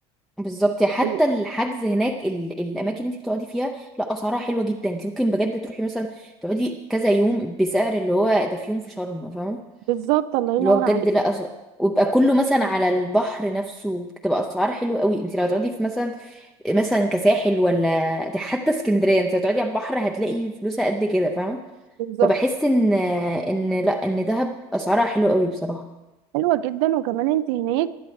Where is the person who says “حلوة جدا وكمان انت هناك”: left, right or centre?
Right